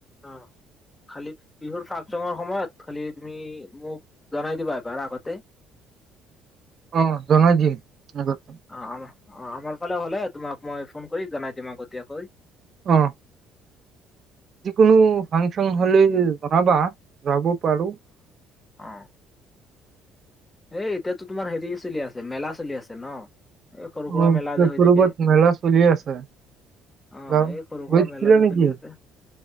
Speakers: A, on the left (about 20°); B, on the right (about 50°).
A: অ খালি বিহুৰ ফাংচনৰ সময়ত খ তুি ম দ
B: অ জনোনজি আগ্ত
A: অ', আমাৰ অ আমাৰ ফালে হ'লে তোমাক মই ফোন কৰি জনাই দিম আগতীয়াকৈ
B: অ যিকোনো ফাংচন হলে জনাবা যাব পাৰোঁ
A: আহ এ এতিয়াতো তোমাৰ হেৰি চলি আছে মেলা চলি আছে ন। এই সৰু
B: মোৰ
A: সুৰা মেলা যে হৈ
B: কৰবাত
A: থাকে
B: মেলা চলি আছে
A: আহ
B: যাম
A: এই সৰু
B: গৈছিলা
A: সুৰা মেলা যে
B: নেকি
A: চলি আছে